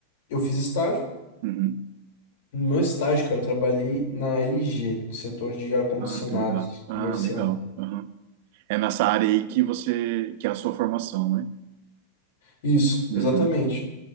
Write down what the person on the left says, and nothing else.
eu fiz estágio.
No meu estágio, cara, eu trabalhei na LG, no setor de ar-condicionado
comercial.
Isso,
exatamente.